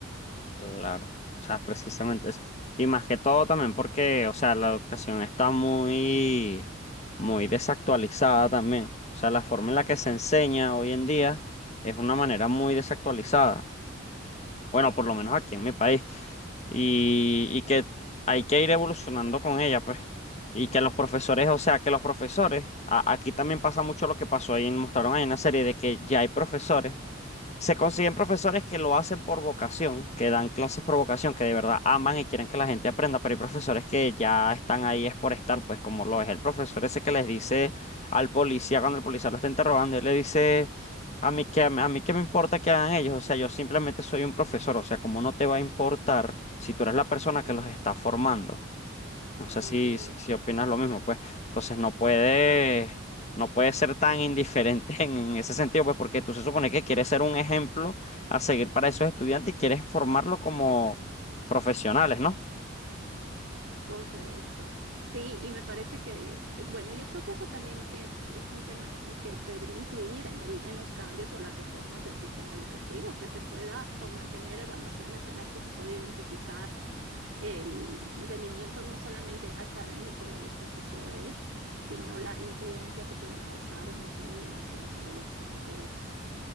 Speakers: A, on the left (about 35°); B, on the right (about 75°).
A: Claro, o sea, precisamente eso. Y más que todo también porque, o sea, la educación está muy, muy desactualizada también. O sea, la forma en la que se enseña hoy en día es una manera muy desactualizada. Bueno, por lo menos aquí en mi país. Y, y que hay que ir evolucionando con ella, pues. Y que los profesores, o sea, que los profesores, a- aquí también pasa mucho lo que pasó ahí, mostraron ahí una serie de que ya hay profesores se consiguen profesores que lo hacen por vocación, que dan clases por vocación, que de verdad aman y quieren que la gente aprenda, pero hay profesores que ya están ahí es por estar, pues como lo es el profesor ese que les dice al policía cuando el policía lo está interrogando, él le dice, a mí qué, a mí qué me importa que hagan ellos, o sea, yo simplemente soy un profesor, o sea, como no te va a importar si tú eres la persona
B: <laughs>
A: que los está formando? No sé
B: Correcto,
A: si, si, si opinas lo mismo, pues. Entonces no puede, no puede ser tan indiferente <laughs> en, en ese sentido, pues, porque tú se supone que quieres ser un ejemplo a seguir para esos estudiantes y quieres formarlo como profesionales, ¿no?
B: correcto. Sí, y me parece que, eh, bueno, yo creo que eso también es, es un tema que se debería incluir en el, en los cambios o las reformas del sistema educativo, que se pueda toma- tener evaluaciones en las que se pueda identificar el rendimiento no solamente académico de los profesores, sino la influencia que pueden causar en los niños, en los adolescentes.